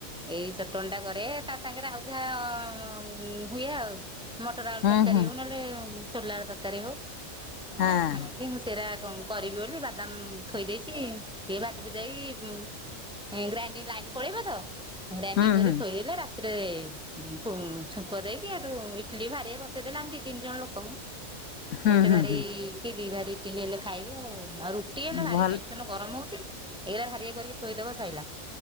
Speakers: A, in the centre; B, on the left.
A: ଏଇ ଚଟଣି ଟା କରେ ତା ସାଙ୍ଗରେ ଆଉ ଯାହା-ଆ ହୁଏ ଆଉ। ମଟର ଆଳୁ
B: ହୁଁ
A: ତରକାରୀ
B: ହୁଁ
A: ହଉ, ନହେଲେ ସୋଲାର ତରକାରୀ ହଉ,
B: ହଁ।
A: ଆଉ ଖାଇକି ମୁଁ ସେ ସେଇରା କଣ କରିବି, ବୋଲି ବାଦାମ ଥୋଇ ଦେଇଛି। ଟିଏ ଭାଜିିଭୁଜାକି ଉମ୍ ଗ୍ରାଇଣ୍ଡି ଲାଇନ୍ ପଳେଇବ ତ! ଗ୍ରାଇଡିଙ୍ଗ୍
B: ହୁଁ
A: କରିକି
B: ହୁଁ
A: ଥୋଇଦେଲେ ରାତ୍ ଥିରେ ଫୁ ଛୁଙ୍କ ଦେଇକି ହେଠୁ ଇଟଲିି ଭାରିଏ ବସେଇ ଦେଲେ, ଆମେ ଦି ତିନି ଜଣ ଲୋକଙ୍କୁ
B: ହୁଁ
A: ଗୋଟେ
B: ହୁଁ
A: ଭାରି
B: ହୁଁ
A: କି, ଦି ଭାରି ଇଟିଲି ହେଲେ ଖାଇବେ ଆଉ। ଆଉ ରୁ ଟି ହେଲେ ଭାରି
B: ଭଲ
A: ଟେନ୍ ସନ୍ ଗରମ ହଉଛି, ଏଇରା ଭାରିଏ କରିକି ଥୋଇଦବ ସଇଲା।